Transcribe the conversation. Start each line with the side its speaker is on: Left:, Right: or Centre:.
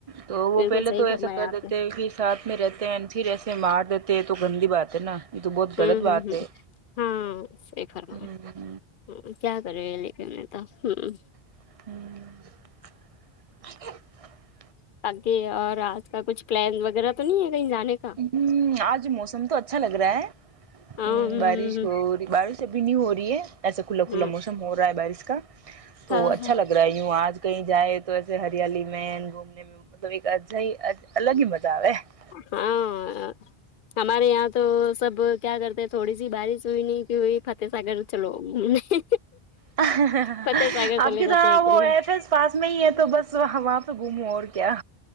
Right: تو وہ
Left: بالکل
Right: پہلے
Left: صحیح
Right: تو ایسا
Left: فرمایا
Right: کر
Left: آپ
Right: دیتے
Left: نے
Right: ہی ساتھ میں رہتے ہیں پھر ایسے مار دیتے ہیں تو گندی بات ہے نا یہ تو بہت
Left: ہمم
Right: غلط بات
Left: ہمم ہمم
Right: ہے
Left: ہاں صحیح فرمایا
Right: ہ
Left: کیا کریں لیکن ہے نا ہمم
Right: ہوں
Left: آگے اور آج کل کچھ پلان وغیرہ تو نہیں ہے کہیں جانے کا
Right: ہمم آج موسم تو اچھا لگ رہا ہے
Left: ہاں
Right: بارش ہوری بارش ابھی نہیں ہو رہی ہے ایسا کھلا کھلا
Left: ہاں
Right: موسم ہو رہا ہے بارش کا تو
Left: ہاں
Right: اچھا لگ رہی ہوں آج کہیں جائے تو ایسے ہریالی میں گھومنے میں مطلب ایک اچھا ہی الگ ہی مزہ آرہا ہو
Left: ہاں آ ہمارے یہاں تو سب کیا کرتے تھوڑی سی بارش ہوئی نہیں کی ہوئی فتح ساگر چلو گھومنے
Right: آپ
Left: فتح ساگر چلے
Right: کی
Left: جاتے
Right: طرح
Left: ایک
Right: وہ
Left: ہاں
Right: ایف ایس پاس میں ہی ہے تو بس وہاں وہاں گھوموں اور کیا